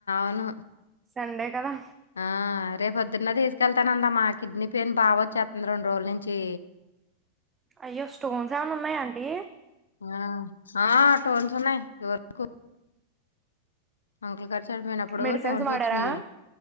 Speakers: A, on the left; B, on the right.
A: అవును
B: సండే కదా
A: ఆ రేపు పొద్దునే తీసుకెళ్తానందా మా కిడ్నీ పెయిన్ బావొచేస్తుంది రెండు రోజుల నుంచి
B: అయ్యో స్టోన్స్ ఏమన్నా ఉన్నాయాంటీ
A: ఆ, ఆ టోన్స్ ఉన్నాయి ఎవరుకు అంకుల్ గారు చనిపోయినప్పుడు
B: మెడిసిన్స్
A: టోన్స్
B: వాడారా
A: వచ్చినాయి